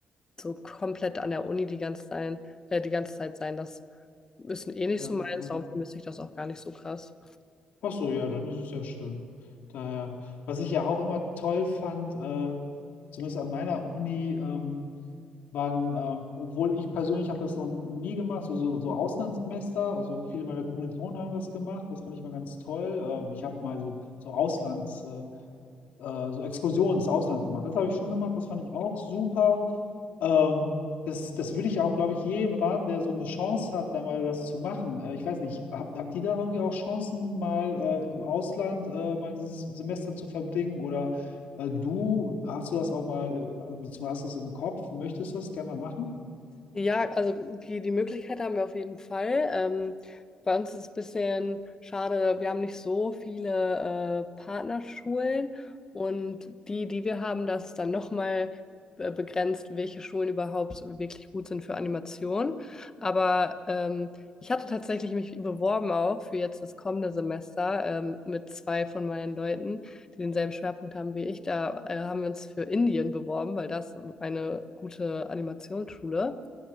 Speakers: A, on the left (about 25°); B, on the left (about 75°).
A: so komplett an der Uni die ganze Zeit, äh, die ganze Zeit sein, das ist eh nicht
B: Ja,
A: so meins.
B: ja.
A: Darum vermisse ich das auch gar nicht so krass.
B: Ach so, ja, dann ist es ja schön. Daher, was ich ja auch immer toll fand, äh, zumindest an meiner Uni, ähm, waren, äh, obwohl ich persönlich habe das noch nie gemacht, so, so, so Auslandssemester, also viele meiner Kommilitonen haben das gemacht, das fand ich immer ganz toll. Ähm, ich habe mal so, so Auslands, äh, äh, so Exkursionen ins Ausland gemacht, das habe ich schon gemacht, das fand ich auch super. Ähm, das, das würde ich auch, glaube ich, jedem raten, der so eine Chance hat, da mal das zu machen. Äh, ich weiß nicht, habt, habt ihr da irgendwie auch Chancen, mal äh, im Ausland äh, mal ein S- Semester zu verbringen? Oder äh, du, hast du das auch mal, äh, beziehungsweise hast du das im Kopf, möchtest du das gerne mal machen?
A: Ja, also die, die Möglichkeit haben wir auf jeden Fall. Ähm, bei uns ist es ein bisschen schade, wir haben nicht so viele äh, Partnerschulen und die, die wir haben, das ist dann nochmal äh, begrenzt, welche Schulen überhaupt wirklich gut sind für Animation. Aber ähm, ich hatte tatsächlich mich beworben auch für jetzt das kommende Semester ähm, mit zwei von meinen Leuten die denselben Schwerpunkt haben wie ich, da äh, haben wir uns für Indien beworben, weil das eine gute Animationsschule.